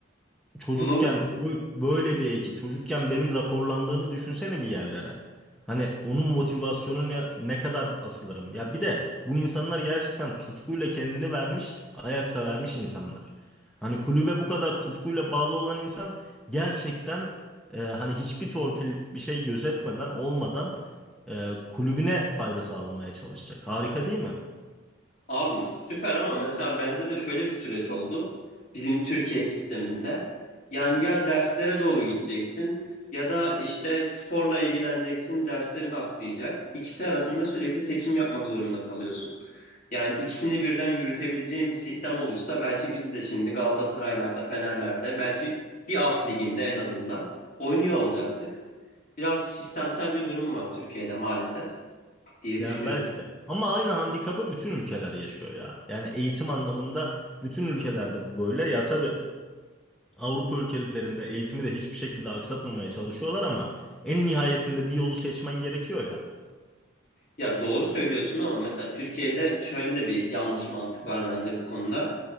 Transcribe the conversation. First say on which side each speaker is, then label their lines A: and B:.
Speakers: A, in the centre; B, on the left.
A: çocukken
B: Bunu
A: ö- böyle bir ekip, çocukken benim raporlandığımı düşünsene bir yerlere. Hani onun motivasyonuna ne ne kadar asılırım. Ya bir de bu insanlar gerçekten tutkuyla kendini vermiş, ayaksa vermiş insanlar. Hani kulübe bu kadar tutkuyla bağlı olan insan gerçekten e, hani hiçbir torpil bir şey gözetmeden olmadan e, kulübüne fayda sağlamaya çalışacak. Harika değil mi?
B: Abi süper ama mesela bende de şöyle bir süreç oldu. Bizim Türkiye sisteminde. Yani ya derslere doğru gideceksin ya da işte sporla ilgileneceksin, derslerin aksayacak. İkisi arasında sürekli seçim yapmak zorunda kalıyorsun. Yani ikisini birden yürütebileceğin bir sistem oluşsa belki biz de şimdi Galatasaray'larda, Fener'lerde belki bir alt liginde en azından oynuyor olacaktık. Biraz sistemsel bir durum var Türkiye'de maalesef diye
A: Yani
B: düşünüyorum.
A: belki de. Ama aynı handikapı bütün ülkeler yaşıyor ya. Yani eğitim anlamında bütün ülkelerde bu böyle. Ya tabii Avrupa ülkelerinde eğitimi de hiçbir şekilde aksatmamaya çalışıyorlar ama en nihayetinde bir yolu seçmen gerekiyor ya.
B: Ya doğru söylüyorsun ama mesela Türkiye'de şöyle de bir yanlış mantık var bence bu konuda.